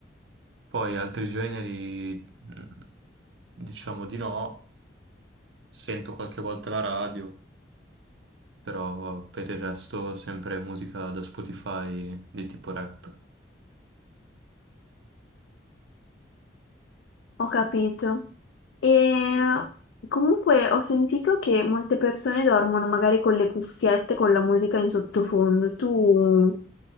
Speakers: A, on the right; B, on the left.
A: poi altri generi, mh, diciamo di no, sento qualche volta la radio, però per il resto sempre musica da Spotify di tipo rap.
B: Ho capito. E comunque ho sentito che molte persone dormono magari con le cuffiette, con la musica in sottofondo. Tu,